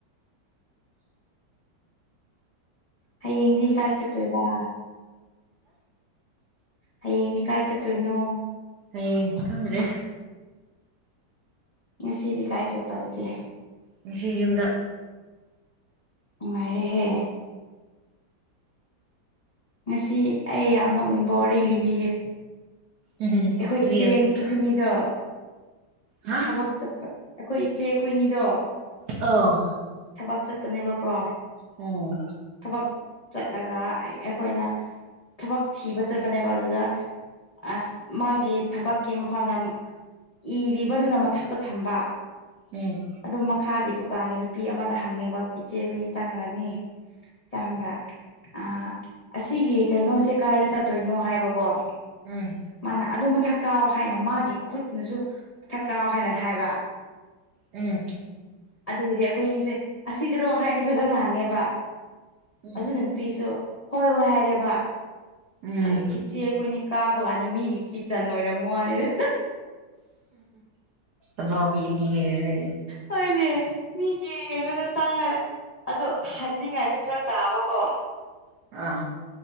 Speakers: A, on the left (about 80°); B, on the right (about 70°).
A: ꯍꯌꯦꯡꯗꯤ ꯀꯥꯏ ꯆꯠꯇꯣꯏꯕ ꯍꯌꯦꯡꯗꯤ ꯀꯥꯏ ꯆꯠꯇꯣꯏꯅꯣ
B: ꯍꯌꯦꯡ ꯈꯪꯗꯦ
A: ꯁꯤꯗꯤ ꯀꯥꯏ ꯆꯠꯄ ꯑꯗꯨꯗꯤ
B: ꯃꯁꯤ ꯌꯨꯝꯗ
A: ꯅꯨꯡꯉꯥꯏꯔꯦꯍꯦ ꯉꯁꯤ ꯑꯩ ꯌꯥꯝ ꯅꯣꯛꯅꯤꯡꯕ ꯋꯥꯔꯤ ꯂꯤꯕꯤꯒꯦ
B: ꯎꯝ
A: ꯑꯩꯈꯣꯏ ꯏꯆꯦ
B: ꯂꯩꯌꯨ
A: ꯑꯩꯈꯣꯏꯅꯤꯗꯣ
B: ꯍꯥ
A: ꯊꯕꯛ ꯆꯠꯄ ꯑꯩꯈꯣꯏ ꯏꯆꯦ ꯑꯩꯈꯣꯏꯅꯤꯗꯣ
B: ꯑ
A: ꯊꯕꯛ ꯆꯠꯄꯅꯦꯕꯀꯣ
B: ꯎꯝ
A: ꯊꯕꯛ ꯆꯠꯂꯒ ꯑꯩꯈꯣꯏꯅ ꯊꯕꯛ ꯊꯤꯕ ꯆꯠꯄꯅꯦꯕ ꯑꯗꯨꯗ ꯑꯁ ꯃꯥꯒꯤ ꯊꯕꯛꯀꯤ ꯃꯐꯝꯗ ꯏꯔꯤꯕꯗꯨꯅ ꯃꯊꯛꯇ ꯊꯝꯕ
B: ꯎꯝ
A: ꯑꯗꯨꯝ ꯃꯈꯥꯒꯤ ꯗꯨꯀꯥꯟꯒꯤ ꯅꯨꯄꯤ ꯑꯃꯗ ꯍꯪꯉꯦꯕ ꯏꯆꯦ ꯍꯣꯏꯅ ꯆꯪꯉꯒꯅꯤ ꯆꯦꯒ ꯑ ꯑꯁꯤꯒꯤ ꯀꯩꯅꯣꯁꯦ ꯀꯥꯏꯗ ꯆꯠꯇꯣꯏꯅꯣ ꯍꯥꯏꯕꯀꯣ
B: ꯎꯝ
A: ꯃꯥꯅ ꯑꯗꯨ ꯃꯊꯛ ꯀꯥꯎ ꯍꯥꯏꯅ ꯃꯥꯒꯤ ꯈꯨꯠꯅꯁꯨ ꯃꯊꯛ ꯀꯥꯎ ꯍꯥꯏꯅ ꯍꯥꯏꯕ
B: ꯎꯝ
A: ꯑꯗꯨꯒꯤꯗꯤ ꯑꯩꯈꯣꯏꯅꯤꯁꯦ ꯑꯁꯤꯗꯔꯣ ꯍꯥꯏꯗꯤ ꯐꯖꯅ ꯍꯪꯉꯦꯕ
B: ꯎꯝ
A: ꯑꯗꯨ ꯅꯨꯄꯤꯁꯨ ꯍꯣꯏ ꯍꯣꯏ ꯍꯥꯏꯔꯦꯕ
B: ꯎꯝ
A: ꯑꯗꯨ ꯁꯤ ꯑꯩꯈꯣꯏꯅ ꯀꯥꯕ ꯀꯥꯟꯗ ꯃꯤꯒꯤ ꯀꯤꯠꯆꯟ ꯑꯣꯏꯔꯝꯕ ꯋꯥꯅꯤꯗ
B: ꯑꯣꯕꯤ ꯌꯦꯒ
A: ꯍꯣꯏꯅꯦ ꯃꯤꯒꯤ ꯀꯩꯅꯣꯗ ꯆꯪꯉꯂꯦ ꯑꯗꯣ ꯍꯥꯏꯅꯤꯡꯉꯥꯏꯁꯨ ꯈꯔ ꯇꯥꯕꯀꯣ
B: ꯑꯥ